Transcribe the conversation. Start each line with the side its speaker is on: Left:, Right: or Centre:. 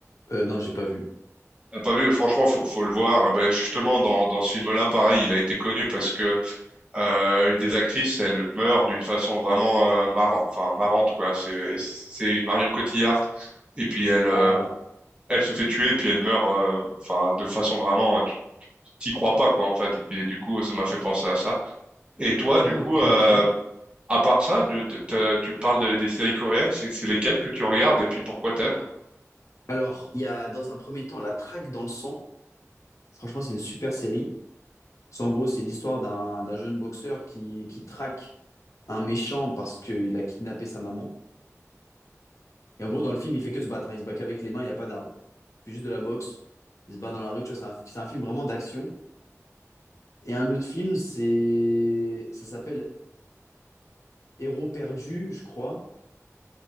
Left: Euh, non, j'ai pas vu.
Right: T'as pas vu? Franchement, faut, faut le voir. Eh Ben, justement, dans, dans ce film-là, pareil, il a été connu parce que euh, une des actrices, elle meurt d'une façon vraiment euh, marrant, enfin, marrante, quoi. C'est, c'est Marion Cotillard. Et puis elle, euh,
Left: Ah.
Right: elle se fait tuer puis elle meurt euh, enfin de façon vraiment euh, tu t'y crois pas quoi en fait et puis du coup ça m'a fait penser à ça et toi du
Left: Ah,
Right: coup
Left: ok,
Right: euh,
Left: ok.
Right: à part ça de, de- t'as- tu me parles de- des séries coréennes c'est c'est lesquelles que tu regardes et puis pourquoi t'aimes
Left: Alors, il y a dans un premier temps La Traque dans le sang. Franchement, c'est une super série. C'est en gros, c'est l'histoire d'un d'un jeune boxeur qui, qui traque un méchant parce qu'il a kidnappé sa maman. Et en gros, dans le film, il fait que se battre. hein. Il se bat qu'avec les mains, il n'y a pas d'armes. Il fait juste de la boxe. Il se bat dans la rue. Tu vois, c'est un, c'est un film vraiment d'action. Et un autre film, c'est ça s'appelle Héros perdu, je crois.